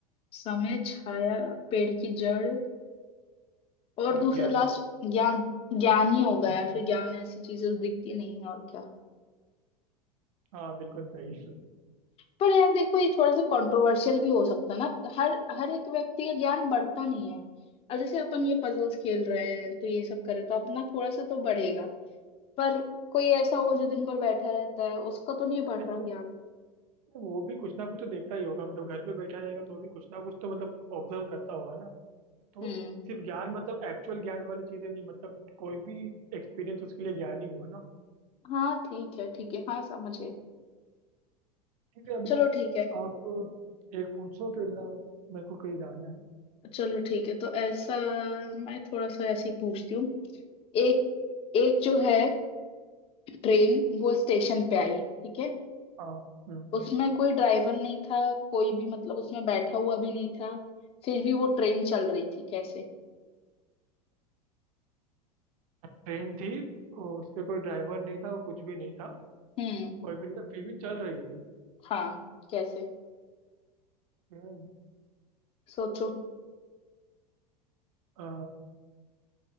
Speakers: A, on the left; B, on the right.
A: समय छाया पेड़ की जड़ और
B: और
A: दूसरा
B: ज्ञान
A: लास्ट ज्ञान ज्ञान ही होगा
B: हम्म,
A: यार फिर ज्ञान ऐसी चीजें तो दिखती नहीं है और क्या
B: हाँ बिल्कुल सही
A: पर यार देखो ये थोड़ा सा कंट्रोवर्शियल भी हो सकता है ना हर हर एक व्यक्ति का ज्ञान बढ़ता नहीं है अब जैसे अपन ये पजल्स खेल रहे हैं तो ये सब करे तो अपना थोड़ा सा तो बढ़ेगा पर कोई ऐसा होगा जो दिन भर बैठा रहता है उसका तो नहीं बढ़
B: नहीं
A: रहा
B: मतलब
A: ज्ञान
B: वो भी कुछ ना कुछ तो देखता ही होगा मतलब घर पे बैठा रहेगा तो भी कुछ ना कुछ तो मतलब ऑब्जर्व करता होगा तो
A: हम्म
B: सिर्फ ज्ञान मतलब एक्चुअल ज्ञान वाली चीजें नहीं मतलब कोई भी एक्सपीरियंस उसके लिए ज्ञान ही हुआ ना
A: हाँ ठीक है ठीक है हाँ समझे
B: ठीक है अभी
A: चलो ठीक है
B: आप एक पूछो फिर ना मेरे को कहीं जाना है
A: चलो ठीक है तो ऐसा मैं थोड़ा सा ऐसे ही पूछती हूँ एक एक जो है ट्रेन वो स्टेशन पे आई ठीक है
B: हाँ हम्म
A: उसमें कोई ड्राइवर नहीं था कोई भी मतलब उसमें बैठा हुआ भी नहीं था फिर भी वो ट्रेन चल रही थी कैसे
B: ट्रेन थी को- उस पे कोई ड्राइवर नहीं था वो कुछ भी नहीं था
A: हम्म
B: कोई भी नहीं था फिर भी चल रही थी
A: हाँ कैसे
B: हम्म
A: सोचो
B: अ,